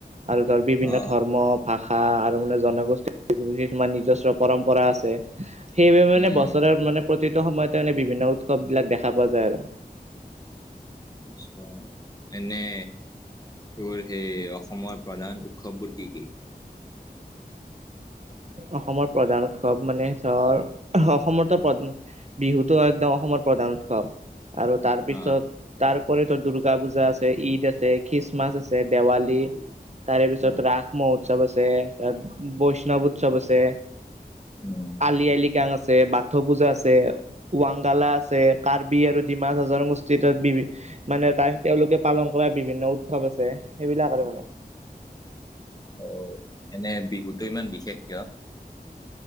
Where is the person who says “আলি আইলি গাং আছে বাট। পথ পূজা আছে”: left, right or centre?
Right